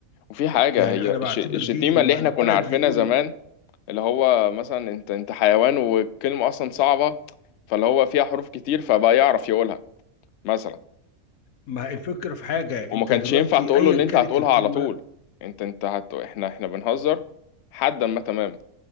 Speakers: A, on the left; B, on the left.
A: وفي حاجه
B: يعني
A: هي
B: أنا بعتبر
A: الش... الشتيمه
B: دي اما
A: اللي احنا
B: الولد
A: كنا عارفينها
B: يقول
A: زمان اللي هو مثلا انت انت حيوان والكلمه اصلا صعبه فاللي هو فيها حروف كتير فبقى يعرف يقولها مثلا
B: ما الفكرة في حاجة
A: وما
B: أنت
A: كانش
B: دلوقتي
A: ينفع تقول
B: أيا
A: له اللي
B: كانت
A: انت هتقولها
B: الكلمة
A: على طول انت انت هت... احنا احنا بنهزر حدا ما تمام